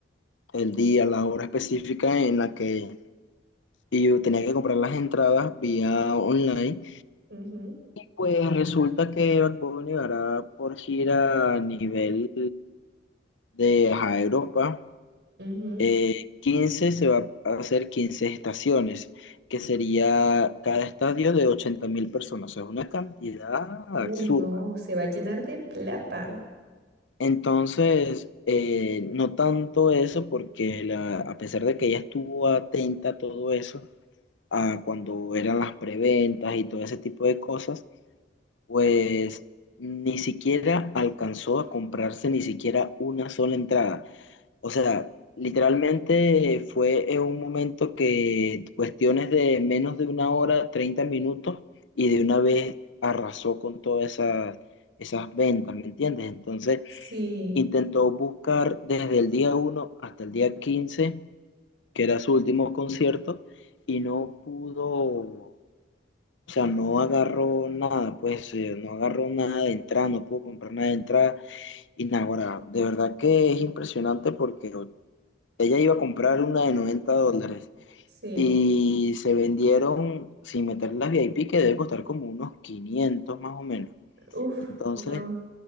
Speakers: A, on the left (about 85°); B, on the right (about 65°).
A: el día, la hora específica en la que yo tenía que comprar las entradas vía online.
B: ujú,
A: Pues resulta que Bad Bunny hará por gira a nivel de ajá, Europa.
B: ujú.
A: Eh, 15 se va a hacer 15 estaciones, que sería cada estadio de ochenta mil personas, o sea, es una cantidad
B: Uy,
A: absurda.
B: no, se va a llenar de plata.
A: Entonces, eh, no tanto eso, porque la- a pesar de que ella estuvo atenta a todo eso, a cuando eran las preventas y todo ese tipo de cosas, pues ni siquiera alcanzó a comprarse ni siquiera una sola entrada. O sea, literalmente fue en un momento que cuestiones de menos de una hora, 30 minutos, y de una vez arrasó con todas esas, esas ventas, ¿me entiendes? Entonces,
B: Sí,
A: intentó buscar desde el día uno hasta el día 15 que era su último concierto, y no pudo, o sea, no agarró nada, pues eh, no agarró nada de entrada, no pudo comprar nada de entrada. Y nada, ahora, de verdad que es impresionante porque ella iba a comprar una de 90 dólares
B: sí.
A: y se vendieron, sin meter las VIP, que debe costar como unos 500 más o menos.
B: Uf,
A: Entonces,
B: no,